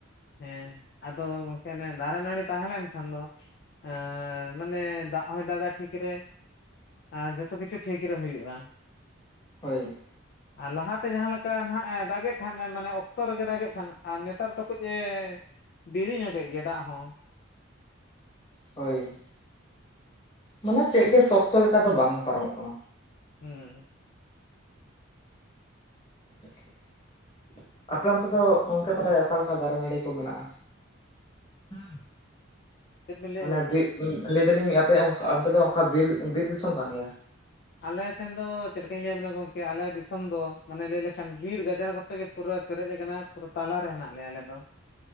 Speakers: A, on the left; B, on the left.
A: ᱦᱮᱸ ᱟᱫᱚ ᱜᱚᱝᱠᱮ ᱚᱱᱮ ᱫᱟᱨᱮ ᱱᱟᱹᱲᱤ ᱛᱟᱦᱮᱸ ᱞᱮᱱᱠᱷᱟᱱ ᱫᱚ, ᱮᱻ ᱢᱟᱱᱮ ᱫᱟᱜ ᱦᱚᱭ ᱫᱟᱜᱼᱟ ᱴᱷᱤᱠ ᱨᱮ, ᱟᱨ ᱡᱷᱚᱛᱚ ᱠᱤᱪᱷᱩ ᱴᱷᱤᱠ ᱨᱮ ᱦᱩᱭᱩᱜᱼᱟ᱾
B: ᱦᱳᱭ᱾
A: ᱟᱨ ᱞᱟᱦᱟᱛᱮ ᱡᱟᱦᱟᱸ ᱞᱮᱠᱟ ᱦᱟᱸᱜ ᱫᱟᱜᱮᱫ ᱛᱟᱦᱮᱫ ᱢᱟᱱᱮ ᱚᱠᱛᱚ ᱨᱮᱜᱮ ᱫᱟᱜᱮᱫ ᱛᱟᱦᱮᱫ ᱟᱨ ᱱᱮᱛᱟᱨ ᱫᱚ, ᱠᱟᱹᱡᱽ ᱮ ᱫᱮᱨᱤ ᱧᱚᱜ ᱜᱮᱭᱟ ᱫᱟᱜ ᱦᱚᱸ
B: ᱦᱳᱭ᱾ ᱢᱟᱱᱮ ᱪᱮᱫ ᱜᱮ ᱥᱚᱠᱛᱚ ᱞᱮᱠᱟ ᱫᱚ ᱵᱟᱝ ᱯᱟᱨᱚᱢᱚᱜ ᱠᱟᱱᱟ᱾
A: ᱦᱩᱸ᱾
B: <inaudible> ᱟᱯᱮ ᱚᱱᱛᱮ ᱫᱚ ᱚᱱᱠᱮ ᱛᱟᱦᱚᱞᱮ ᱚᱠᱟᱞᱮᱠᱟ ᱫᱟᱨᱮ ᱱᱟᱹᱲᱤ ᱠᱚ ᱢᱮᱱᱟᱜ-ᱟ? <inaudible>
A: ᱪᱮᱫ ᱵᱤᱱ ᱞᱟᱹᱭᱮᱫᱼᱟ
B: ᱢᱟᱱᱮ
A: ᱜᱚᱝᱠᱮ
B: ᱵᱤᱨ ᱞᱟᱹᱭ ᱫᱟᱞᱤᱧ ᱟᱯᱮ ᱚᱱᱛᱮ ᱫᱚ ᱚᱱᱠᱟ ᱵᱤᱨ ᱵᱤᱨ ᱫᱤᱥᱚᱢ ᱠᱟᱱ ᱜᱮᱭᱟ᱾
A: ᱟᱞᱮ ᱥᱮᱱ ᱫᱚ ᱪᱮᱫ ᱞᱮᱠᱟᱧ ᱞᱟᱹᱭ ᱟᱵᱮᱱᱟ ᱜᱚᱝᱠᱮ ᱟᱞᱮ ᱫᱤᱥᱚᱢ ᱫᱚ ᱢᱟᱱᱮ ᱞᱟᱹᱭ ᱞᱮᱠᱷᱟᱱ ᱵᱤᱨ ᱜᱟᱡᱟᱲ ᱠᱚᱛᱮ ᱜᱮ ᱯᱩᱨᱟᱹ ᱯᱮᱨᱮᱡ ᱠᱟᱱᱟ ᱯᱩᱨᱟᱹ ᱛᱟᱞᱟᱨᱮ ᱦᱮᱱᱟᱜ ᱞᱮᱭᱟ ᱟᱞᱮ ᱫᱚ